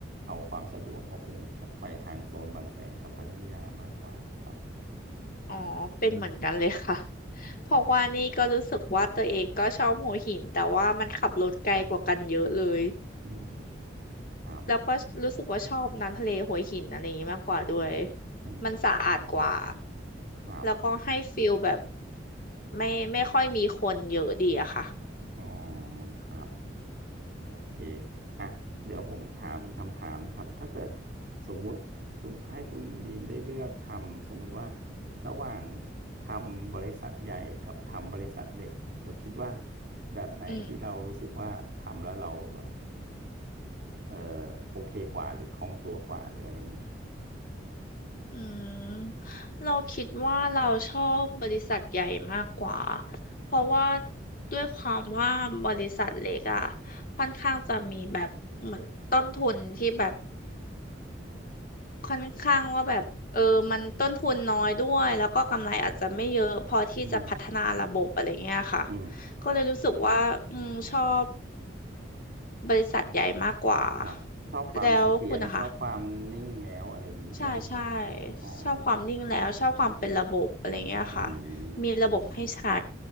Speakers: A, on the right; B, on the left.
A: เอาความสะดวกก็คงออกไปทางโซนบางแสนกับพัทยามากกว่าครับ
B: อ๋อเป็นเหมือนกันเลยค่ะ
A: อืม
B: <laughs> เพราะว่านี่ก็รู้สึกว่าตัวเองก็ชอบหัวหินแต่ว่ามันขับรถไกลกว่ากันเยอะเลย
A: อืมครับ
B: แล้วก็รู้สึกว่าชอบน้ำทะเลหัวหินอะไรอย่างนี้มากกว่าด้วย
A: อืม
B: มันสะอาดกว่า
A: ครับ
B: แล้วก็ให้ฟีลแบบไม่ไม่ค่อยมีคนเยอะดีอะค่ะ
A: อ๋อครับโอเค อ่ะ เดี๋ยวผมถามอีกคำถามนะครับ ถ้าเกิดสมมุติคุณให้คุณบีมได้เลือกทำสมมุติว่าระหว่างทำบริษัทใหญ่กับทำบริษัทเล็กเราคิดว่าแบบไหนที่เรารู้สึกว่าทำแล้วเราแบบ
B: อืม
A: เออโอเคกว่าหรือคล่องตัวกว่าหรืออะไรเงี้ย
B: อืมเราคิดว่าเราชอบบริษัทใหญ่มากกว่าเพราะว่าด้วยความว่าบริษัทเล็กอะค่อนข้างจะมีแบบเหมือนต้นทุนที่แบบ ค่อนข้างว่าแบบเออมันต้นทุนน้อยด้วยแล้วก็กำไรอาจจะไม่เยอะพอที่จะพัฒนาระบบอะไรเงี้ยค่ะ
A: อืมอืม
B: ก็เลยรู้สึกว่าอืมชอบบริษัทใหญ่มากกว่า
A: ครับชอบความเสถียรชอบความนิ่งแล้วอะไรอย่างนี้ใช่ไหมครับ
B: แล้วคุณนะคะใช่ใช่
A: อ๋อ
B: ชอบความนิ่งแล้วชอบความเป็นระบบอะไรเงี้ยค่ะ
A: อืม
B: มีระบบให้ใช้
A: อืม